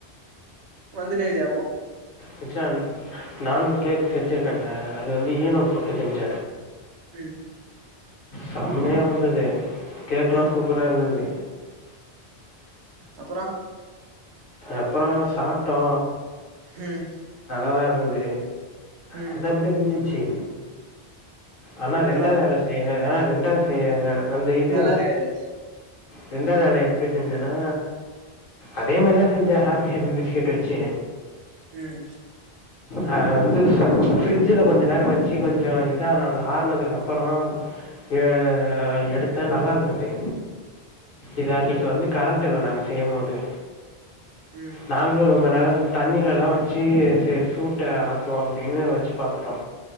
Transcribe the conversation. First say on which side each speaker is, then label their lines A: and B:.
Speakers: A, on the right; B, on the left.
A: வந்துட்டே இருக்குது ஏப்போ
B: மச்சான் நானு கேக் செச்சிருக்கன்டா அது வந்து ஈனோ போட்டு செஞ்ச
A: ம்
B: சம்மியா வந்தது கேக்லா
A: ம்
B: சூப்புரா இருந்தது
A: அப்புறோ
B: அப்புறோ சாப்ட்டோ
A: ம்
B: நல்லாதா இருந்தது
A: ம்
B: அது அப்டி முஞ்சிச்சு ஆனா
A: சிம்பிளா
B: ரெண்டா வேல செய்வ ஆ ரெண்டாது செய்யாதால அந்த இது
A: நல்லா இருக்காது
B: ரெண்டாதவ்ட எப்டி செஞ்சனா அதே மாரிதா செஞ்ச ஹாப்பி ஹாப்பி பிஸ்கட் வச்சு
A: ம்
B: அ வந்து ஃப் ஃபிருட்ஜில கொஞ்ச நேரோ வச்சி கொஞ்சோ இதா ஆனாதா ஆர்னதுக்கப்புறோ ஏ எடுத்தா நல்லா இருந்தது இது அன்னைக்கு வந்து கரண்ட் இல்ல நாங்க செய்யமோது
A: ம்
B: நாங்ளு ரொம்ப நேரோ தண்ணிலலா வச்சு செர் சூட்ட ஆத்துவோ அப்டின்னு வச்சு பாத்துறோ